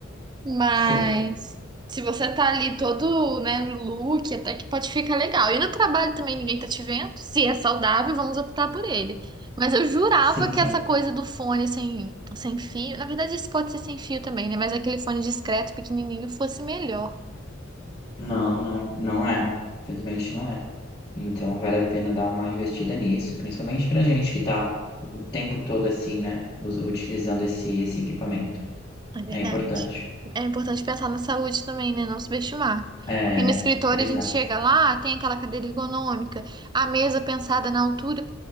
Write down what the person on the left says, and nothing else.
Sim,
sim,
sim.
Não, não, não é. Felizmente não é. Então vale a pena dar uma investida nisso, principalmente pra gente que tá o tempo todo assim, né, us- utilizando esse, esse equipamento.
É importante.
É,
exato.